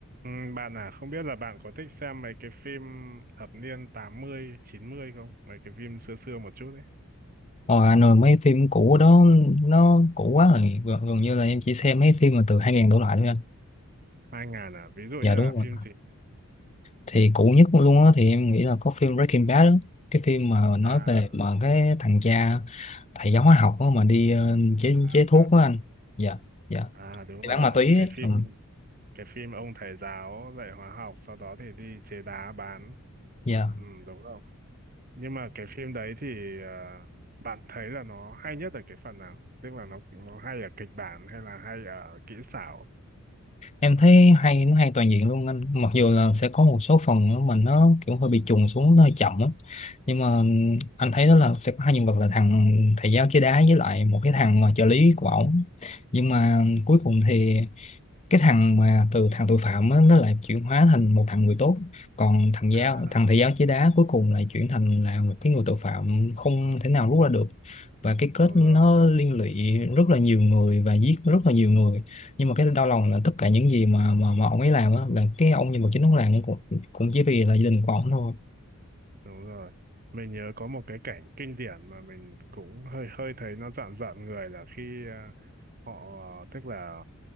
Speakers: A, on the right (about 40°); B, on the left (about 30°).
A: Ừ, bạn à, không biết là bạn có thích xem mấy cái phim thập niên tám mươi chín mươi không? Mấy cái phim xưa xưa một chút đấy.
B: Hồi Hà Nội mấy phim cũ đó nó cũ quá rồi gần, gần như là em chỉ xem mấy phim mà từ 2000 đổ lại thôi anh
A: hai ngàn à, ví dụ
B: dạ
A: như là
B: đúng rồi
A: phim gì?
B: thì cũ nhất luôn á thì em nghĩ là có phim Breaking Bad đó. cái phim mà nói
A: À,
B: về mà cái thằng cha thầy giáo hóa học đó mà đi ờ, chế
A: à,
B: chế thuốc
A: à,
B: đó anh dạ dạ
A: à, đúng
B: đi
A: rồi,
B: bán ma túy ấy.
A: cái phim
B: Ừ,
A: cái phim ông thầy giáo dạy hóa học sau đó thì đi chế đá bán.
B: dạ
A: Ừ, đúng rồi. Nhưng mà cái phim đấy thì à, bạn thấy là nó hay nhất ở cái phần nào? Tức là nó nó hay ở kịch bản hay là hay ở kỹ xảo?
B: em thấy hay nó hay toàn diện luôn anh mặc dù là sẽ có một số phần nữa mà nó kiểu hơi bị trùng xuống nó hơi chậm á nhưng mà anh thấy đó là sẽ có hai nhân vật là thằng thầy giáo chơi đá với lại một cái thằng mà trợ lý của ổng nhưng mà cuối cùng thì cái thằng mà từ thằng tội phạm á, nó lại chuyển hóa thành một thằng người tốt còn thằng giáo
A: À,
B: thằng thầy giáo chế đá cuối cùng lại chuyển thành là một cái người tội phạm không thể nào rút ra được và cái kết
A: đúng
B: nó
A: rồi.
B: liên lụy rất là nhiều người và giết rất là nhiều người nhưng mà cái đau lòng là tất cả những gì mà mà, mà ông ấy làm á, là cái ông nhân vật chính ông làm cũng cũng chỉ vì là gia đình của ông thôi
A: Đúng rồi. Mình nhớ có một cái cảnh kinh điển mà mình cũng hơi hơi thấy nó rợn rợn người là khi à, họ ờ, tức là